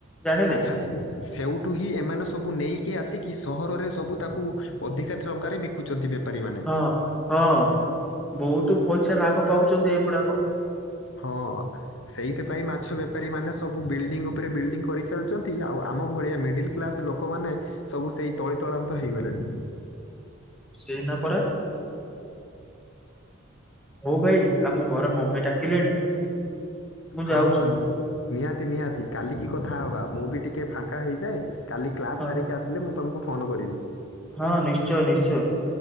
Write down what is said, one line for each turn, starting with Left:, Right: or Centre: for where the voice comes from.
Centre: ଜାଣିଲେ
Left: ଆଚ୍ଛା ସ ସେଇଠୁ ହିଁ ଏମାନେ ସବୁ ନେଇକି ଆସିକି ସହରରେ ସବୁ ତାକୁ ଅଧିକା ଟଙ୍କାରେ ବିକ କୁଚନ୍ତି ବେପାରୀ ମାନେ।
Centre: ହଁ ହଁ ବହୁତ ପଇସା ଲାଭ ପାଉଚନ୍ତି ଏଗୁଡାକ।
Left: ହଁ। ସେଇଥିପାଇଁ ମାଛ ବେପାରୀ ମାନେ ସବୁ ବିଲଡିଂ ଉପରେ ବିଲଡିଂ କରିଚାଲିଚନ୍ତି। ଆଉ ଆମ ଭଳିଆ ମିଡିଲ କ୍ଲାସ ଲୋକ କମାନେ ସବୁ ସେଇ ତଳି ତଳାନ୍ତ ହେଇଗଲେଣି।
Centre: ସେଇନା ପରା। ହଉ ଭାଇ ଆମ ଘର ମମି ଡାକିଲେଣି ମୁଁ
Left: ହଁ
Centre: ଯାଉଚି।
Left: ହଁ, ନିହାତି ନିହାତି କାଲିକି କଥାହବା ମୁଁ ବି ଟିକେ ଫାଙ୍କା ହେଇଯାଏ କାଲି କ୍ଲାସ୍
Centre: ହଁ
Left: ସାରି କି ଆସିଲେ ମୁଁ ତୁମକୁ ଫୋନ କରିବି।
Centre: ହଁ ନିଶ୍ଚୟ ନିଶ୍ଚୟ।